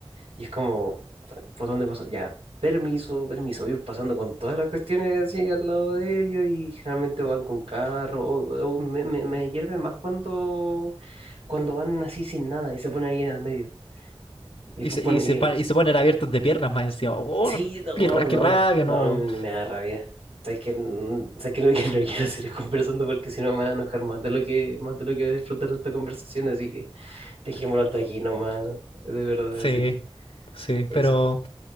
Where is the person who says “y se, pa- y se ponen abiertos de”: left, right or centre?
Left